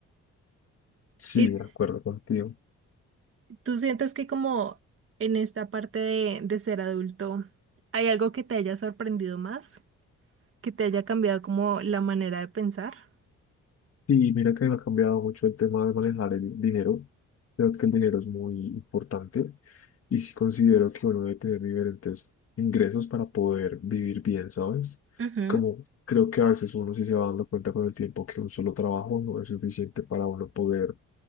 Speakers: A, on the left; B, on the right.
A: Sí,
B: ¿Y
A: de acuerdo contigo.
B: tú sientes que como en esta parte de, de ser adulto hay algo que te haya sorprendido más, que te haya cambiado como la manera de pensar?
A: Sí, mira que ha cambiado mucho el tema de manejar el dinero. Creo que el dinero es muy importante y sí considero que uno debe tener diferentes ingresos para poder vivir bien, ¿sabes?
B: Ujú,
A: Como creo que a veces uno sí se va dando cuenta con el tiempo que un solo trabajo no es suficiente para uno poder